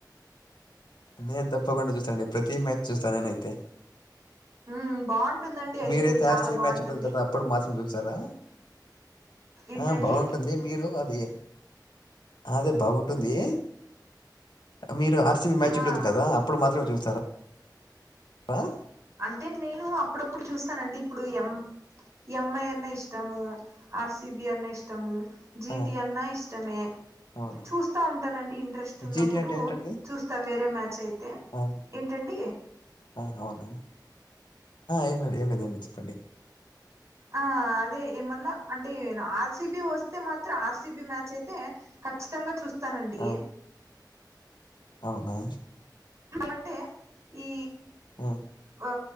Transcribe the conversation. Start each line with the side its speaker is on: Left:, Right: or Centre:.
Left: నేను తప్పకుండా చూస్తానండి ప్రతి మ్యాచ్ చూస్తా నేనైతే
Right: ఉమ్ బాగుంటుందండి
Left: మీరైతే
Right: ఐపిఎల్ చాలా
Left: ఆర్సీబీ
Right: బాగుంటుంది
Left: మ్యాచ్ ఉంటుంది కదా అప్పుడు మాత్రం చూస్తారా
Right: ఏంటండి
Left: ఆ బాగుంటుంది మీరు అది ఆ అదే బాగుంటుంది మీరు ఆర్సీబీ మ్యాచ్ ఉంటుంది
Right: ఆ
Left: కదా అప్పుడు మాత్రమే చూస్తారా ఆ
Right: అంటే నేను అప్పుడప్పుడు చూస్తానండి ఇప్పుడు ఎం ఎంఐ అన్న ఇష్టము ఆర్సిబి అన్న ఇష్టము జీటీ
Left: ఆ
Right: అన్న ఇష్టమే
Left: అవునా
Right: చూస్తా ఉంటానండి ఇంట్రెస్ట్ ఉన్నప్పుడు
Left: జీటి అంటే ఏంటండి
Right: చూస్తా వేరే మ్యాచ్ అయితే
Left: ఆ
Right: ఏంటండి
Left: ఆ హ అవునా ఏం లేదు ఏం లేదు ఏమి లే చెప్పండి
Right: ఆ అదే ఏమన్నా అంటే ఆర్సిబి వస్తే మాత్రం ఆర్సిబి మ్యాచ్ అయితే ఖచ్చితంగా చూస్తానండి
Left: ఆ
Right: ఏ
Left: అవునా
Right: అంటే ఈ
Left: ఆ
Right: ఆ